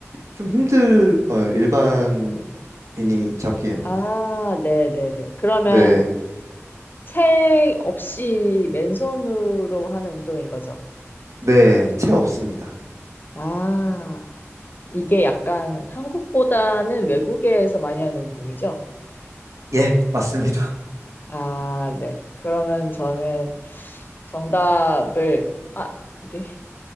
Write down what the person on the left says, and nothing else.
아, 네네네. 그러면
채 없이 맨손으로 하는 운동인 거죠?
아, 이게 약간 한국보다는 외국에서 많이 하는 운동이죠?
아, 네. 그러면 저는 정답을, 아, 그게,